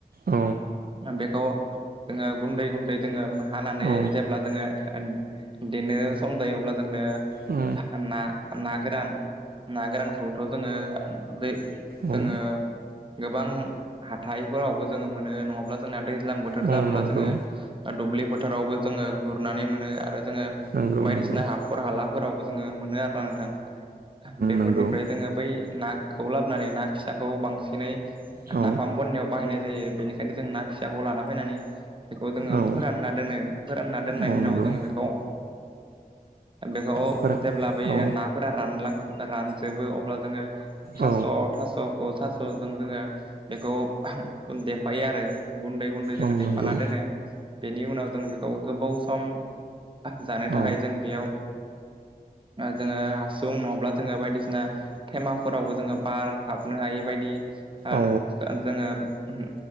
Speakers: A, on the right; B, on the right.
A: औ
B: बेखौ जोङो गुन्दै गुन्दै जोङो हानानै
A: औ
B: जेब्ला जोङो बिदिनो सम दायोब्ला जोंनो
A: औ
B: ना ना गोरान ना गोरानखौथ' जोङो दै
A: औ
B: जोङो गोबां हाथाइफोरावबो जोङो मोनो, नङाब्ला जोंना दै दैज्लां बोथोर
A: औ
B: जाबोला
A: नंगौ
B: जोङो दुब्लि बोथोरावबो जोङो गुरनानै मोनो। आरो जोङो
A: नंगौ
B: बायदिसिना
A: नंगौ
B: हाखर हालाफोरावबो जोङो मोनो आरोना नोंथां। बेफोरनिफ्राय
A: नंगौ
B: जोङो बै ना खौ लाबोनानै ना फिसाखौ बांसिनै
A: औ
B: नाफाम बनाययाव बाहायनाय जायो। बेनिखायनो जों ना फिसाखौ लाना फैनानै बेखौ जोङो
A: औ
B: फोरानना दोनो। फोरानना दोननायनि
A: औ
B: उनाव
A: नंगौ
B: जोङो बेखौ बेखौ
A: फोरा
B: जेब्लाबोयो
A: औ
B: नाफोरा रानलां रानजोबो अब्ला जोङो थास'
A: औ
B: थास'खौ थास'जों जोङो बेखौ देफायो आरो। गुन्दै गुन्दै
A: औ
B: जोङो देफाना
A: नंगौ
B: दोनो। बेनि उनाव जों बेखौ गोबाव सम जानो थाखाय
A: औ
B: जों बेयाव जोङो हासुं नङाब्ला जोङो बायदिसिना थेमाफोरावबो जोङो बार हाबनो हायै बायदि दि आरो
A: औ
B: जोङो <unintelligible>